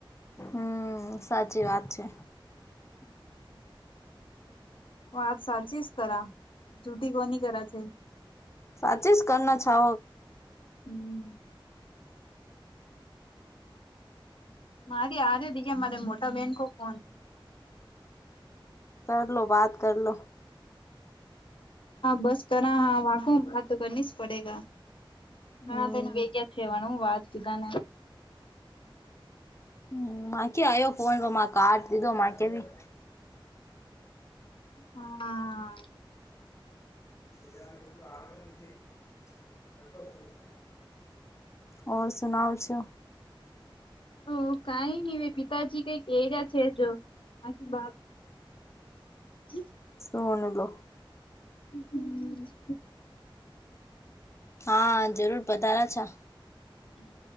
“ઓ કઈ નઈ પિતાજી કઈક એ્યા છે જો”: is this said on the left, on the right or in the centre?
Left